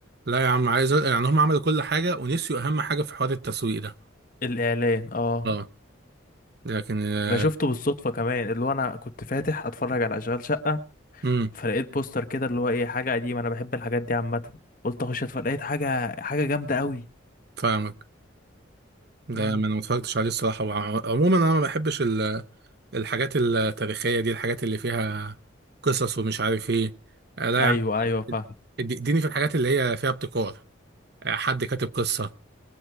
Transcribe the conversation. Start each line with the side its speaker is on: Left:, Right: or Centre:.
Right: لا يا عم عايز أ- يعني هم عملوا كل حاجة ونسيوا أهم حاجة في حوار التسويق ده
Left: الاعلان اه
Right: اه لكن آه،
Left: انا شفته بالصدفه كمان اللي هو انا كنت فاتح اتفرج على اشغال شقه
Right: امم
Left: فلقيت بوستر كده اللي هو ايه حاجه قديمه انا بحب الحاجات دي عامه قلت اخش اتفرج لقيت حاجه حاجه جامده قوي
Right: فاهمك ده
Left: امم
Right: ما انا ما اتفرجتش عليه الصراحة وع- عموما انا ما بحبش ال- الحاجات التاريخية دي الحاجات اللي فيها قصص ومش عارف ايه آه، لا
Left: ايوه
Right: يا عم
Left: ايوه فاهم
Right: ادي- اديني في الحاجات اللي هي فيها ابتكار آه، حد كاتب قصة